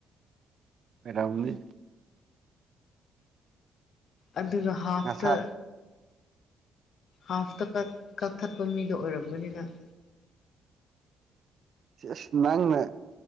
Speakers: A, on the right; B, on the left.
A: ꯄꯦꯔꯕꯅꯤ
B: ꯑꯗꯨꯒ ꯍꯥꯐꯇ
A: ꯉꯁꯥꯏ
B: ꯍꯥꯐꯇ ꯀꯛ ꯀꯛꯊꯠꯄ ꯃꯤꯗꯣ ꯑꯣꯏꯔꯝꯒꯅꯤꯅꯪ
A: ꯁ ꯑꯁ ꯅꯪꯅ